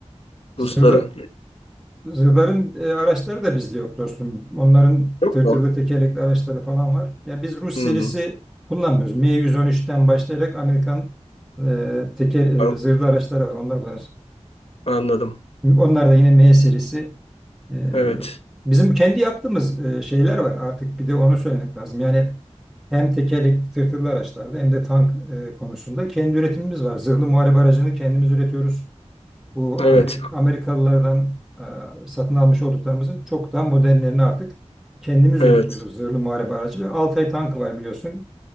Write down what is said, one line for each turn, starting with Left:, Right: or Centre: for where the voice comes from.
Centre: zırhlı,
Left: Rusların.
Centre: zırhların e, araçları da bizde yok dostum. Onların
Left: Yok
Centre: tırtırlı
Left: mu?
Centre: tekerlekli araçları falan var. Yani biz Rus
Left: Hmm,
Centre: serisi kullanmıyoruz. M113'ten başlayarak Amerikan e, teker, e,
Left: an-
Centre: zırhlı araçları var. Onlar kullanıyoruz.
Left: anladım.
Centre: Onlar da yine M serisi. Ee,
Left: Evet.
Centre: bizim kendi yaptığımız e, şeyler var artık bir de onu söylemek lazım. Yani hem tekerlekli tırtıklı araçlarda hem de tank e, konusunda kendi üretimimiz var. Zırhlı muharebe aracını kendimiz üretiyoruz. Bu
Left: Evet.
Centre: Amerik Amerikalılardan e, satın almış olduklarımızın çok daha modernlerini artık kendimiz
Left: Evet.
Centre: üretiyoruz. Zırhlı muharebe aracı ve Altay tankı var biliyorsun.